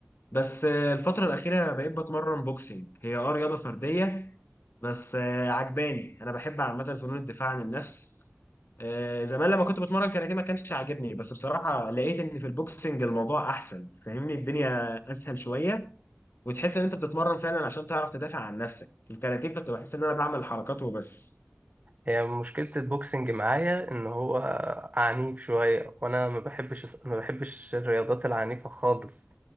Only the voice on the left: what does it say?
بس آه، الفترة الأخيرة بقيت بتمرن بوكسينج هي اه رياضة فردية بس آه، عجباني أنا بحب عامة فنون الدفاع عن النفس آه، زمان لما كنت بتمرن كاراتيه ما كانش عاجبني بس بصراحة لقيت إن في البوكسينج الموضوع أحسن فاهمني الدنيا أسهل شوية وتحس إن أنت بتتمرن فعلا عشان تعرف تدافع عن نفسك الكاراتيه كنت بحس إن أنا بعمل حركات وبس